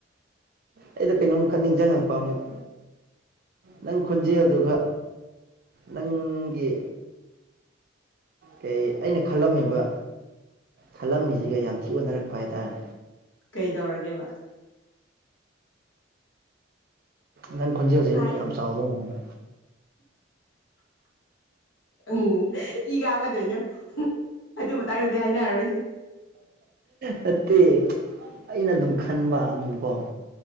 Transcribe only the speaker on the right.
ꯑꯩꯗꯣ ꯀꯩꯅꯣꯝꯈꯛ ꯅꯤꯡꯁꯤꯡꯉꯛꯄ ꯑꯃꯨꯛ ꯅꯪ ꯈꯣꯟꯖꯦꯜꯗꯨꯒ ꯅꯪꯒꯤ ꯀꯩ ꯑꯩꯅ ꯈꯜꯂꯝꯃꯤꯕ ꯈꯜꯂꯝꯃꯤꯁꯤꯒ ꯌꯥꯝ ꯊꯤ ꯑꯣꯟꯅꯔꯛꯄ ꯍꯥꯏꯇꯥꯔꯦ
ꯅꯪ ꯈꯣꯟꯖꯦꯜꯁꯦ
ꯃꯤ ꯌꯥꯝ ꯆꯥꯎꯗꯧ ꯃꯥꯟꯕ
ꯅꯠꯇꯦ ꯑꯩꯅ ꯑꯗꯨꯝ ꯈꯟꯕ ꯑꯗꯨꯝ ꯀꯣ